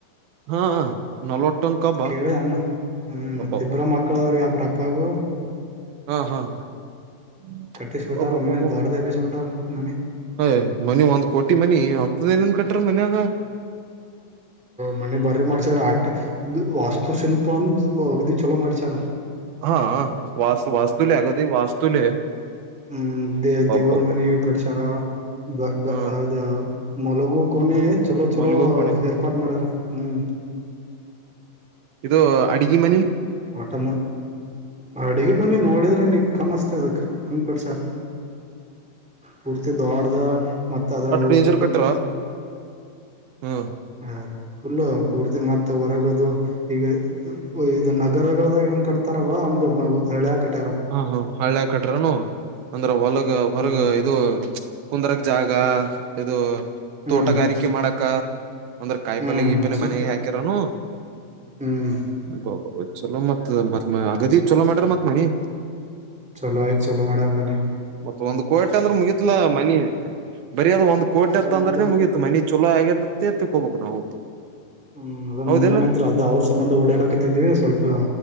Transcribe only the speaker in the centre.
ಕೇಳಿ ಅನ್ನ ಹ್ಮ್ ಮತ್ತ ಇಬ್ರ ಮಕ್ಳ ಅವ್ರಿಗೆ ಒಬ್ರ ಅಪ್ಪಾಗು
ಕಟ್ಟಿಸ್ಬಿಟ್ಟಾರ ಒಮ್ಮೆ ದೊಡ್ಡದ ಎಬ್ಬಿಸ್ಬಿಟ್ಟಾರ ಮನಿ
ಮನೆ ಬಾರಿ ಮಾಡ್ಸಾರ ಆಟ ವಾಸ್ತುಶಿಲ್ಪ ಅಂದ ಒಗ್ದಿ ಚಲೋ ಮಾಡ್ಸಾರ
ಹ್ಮ್ ದೇ
ದೇವರ ಮನಿ ಕಡ್ಸಾರ ಬ
ಅದ ಮಲಗು ಕೊನೆ ಚಲೋ ಚಲೋ
ಏರ್ಪಾಟ್ ಮಾಡಾರ ಹ್ಮ್
ಒಟಮ್ಮ ಅಡ್ಗೆ ಮನೆ ನೋಡಿದ್ರಿ ನೀ ಕಮ್ಮಸ್ತ ಅದಕ್ ಅಂಗಪಡ್ಸಾರ
ಕುರ್ತ ದೋಡ್ದ ಮತ್ತ ಅದ್ರ
ಊಟಕ್ಕೆ
ಹ ಫುಲ್ಲ ಪೂರ್ತಿ ಮತ್ತೆ ಹೊರಗದು ಈಗ ಇದು ನಗರಗದಾಗ ಕಟ್ತಾರಲ್ಲ ಹಂಗ ಹಳೆ ಕಟ್ಟ
ಹ್ಮ್
ಹ್ಮ್
ಹ್ಮ್
ಸೊ
ಹ್ಮ್
ಚಲೋ ಆಯ್ತ್ ಚಲೋ ಮಾಡಡಾರ ಮನೆ
ಅದ
ಮುಂಜಾನೆ
ಹ್ಮ್ ಅದ
ಮುಂಜಾನಂ ಅದ ಅವ್ರ ಸಂಬಂಧ ಓಡಾಡಾಕತಿದೀವಿ ಸ್ವಲ್ಪ